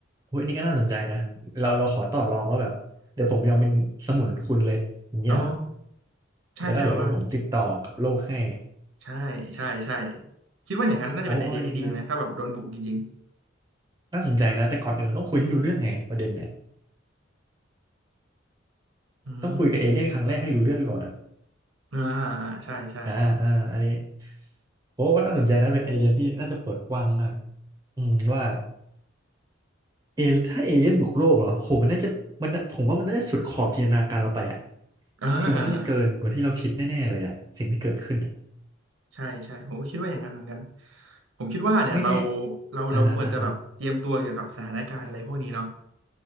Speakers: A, on the right (about 20°); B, on the right (about 80°).
A: เฮ้ยอันนี่ก็น่าสนใจนะเราเราขอต่อรองว่าแบบเดี๋ยวผมยอมเป็นสมุนคุณเลยอย่างเงี้ยเหรอ
B: ๆอ๋อใช่ใช่แบบว่า
A: แล้วก็เดี๋ยวเดี๋ยวผมติดต่อกับโลกให้
B: ใช่ใช่ใช่คิดว่าอย่างนั้นน่าจะเป็นไอเดียที่ดีไหมถ้าแบบโดนบุกจริง
A: โอ้ยนี่น่าน่าสนใจนะแต่ก่อนอื่นมันต้องคุยให้รู้เรื่องไงประเด็นเนี่ย
B: ๆอืม
A: ต้องคุยกับเอเลี่ยนครั้งแรกให้รู้เรื่องก่อนอะ
B: อ่าอ่าใช่ใช่
A: อ่าอ่าอันนี้โอ้ก็น่าสนใจนะเป็นไอเดียที่น่าจะเปิดกว้างมากอืมว่าเอถ้าเอเลี่ยนบุกโลกเหรอโหมันน่าจะมันน่ะผมว่ามันน่าจะสุดขอบจินตนาการเราไปอ่ะ
B: อ่า
A: คือมันน่าจะเกินกว่าที่เราคิดแน่ๆเลยอ่ะสิ่งที่เกิดขึ้นอะ
B: ใช่ใช่ผมก็คิดว่าอย่างนั้นเหมือนกันผมคิดว่าเนี่ยเรา
A: ไม่แน่
B: เราเราควรจะแบบเตรียมตัวเกี่ยวกับสถานการณ์อะไรพวกนี้เนาะ
A: อ่าฮะอ่าฮะ